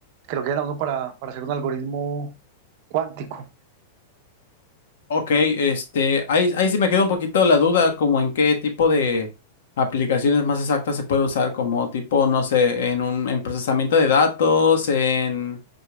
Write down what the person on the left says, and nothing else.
Ok, este, ahí, ahí sí me queda un poquito la duda, como en qué tipo de aplicaciones más exactas se puede usar, como tipo, no sé, en un, en procesamiento de datos, en,